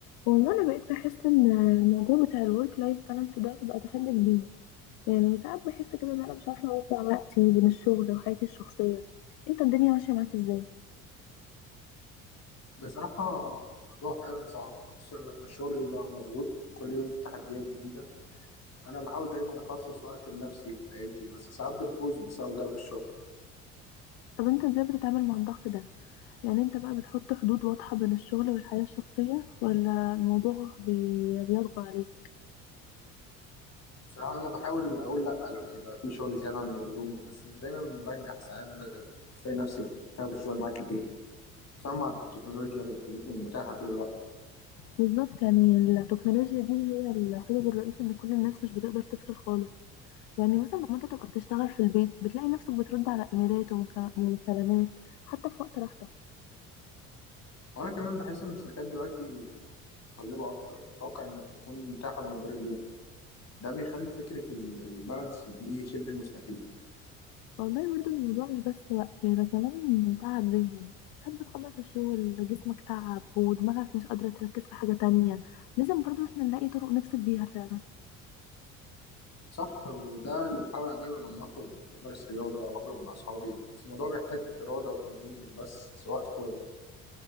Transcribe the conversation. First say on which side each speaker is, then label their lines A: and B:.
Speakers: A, on the left (about 65°); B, on the left (about 40°).
A: والله انا بقيت بحس ان الموضوع بتاع الورك لايف بالانس ده بقى تحدي كبير يعني ساعات بحس كده ان انا مش عارفه اوزع وقتي بين الشغل وحياتي الشخصيه انت الدنيا ماشيه معاك ازاي
B: بصراحة الموضوع فعلا صعب خصوصا لما الشغل بيبقى مضغوط وكل يوم في تحديات جديدة أنا بحاول دايما أخصص وقت لنفسي ولعيلتي بس ساعات بتبوظ بسبب ضغط الشغل
A: طب انت ازاي بتتعامل مع الضغط ده يعني انت بقى بتحط حدود واضحه بين الشغل والحياه الشخصيه ولا الموضوع بي... بيطغى عليك
B: بصراحة أنا بحاول أقول لأ لما يبقى في شغل زيادة عن اللزوم بس مش دايما بنجح ساعات بتلاقي نفسك بتاخد الشغل معاك البيت خصوصا مع التكنولوجيا اللي بتخليكي متاحة طول الوقت
A: بالظبط يعني التكنولوجيا دي هي السبب الرئيسي ان كل الناس مش بتقدر تفصل خالص يعني مثلا لما انت تبقى بتشتغل في البيت بتلاقي نفسك بترد على ايميلات ومكا- ومكالمات حتى في وقت راحتك
B: وأنا كمان بحس إن الشركات دلوقتي متطلبة أكتر بتتوقع إنك تكون متاحة على مدار اليوم ده بيخلي فكرة ال- البالانس دي شبه مستحيلة
A: والله برضو الموضوع مش بس وقت يعني ده كمان تعب ذهني ساعات بتخلص الشغل جسمك تعب ودماغك مش قادرة تركز في حاجة تانية لازم برضو احنا نلاقي طرق نفصل بيها فعلا
B: صح وده اللي بحاول أعمله لما أخرج أمارس رياضة أو أخرج مع أصحابي بس الموضوع بيحتاج إرادة وتنظيم مش بس وقت فاضي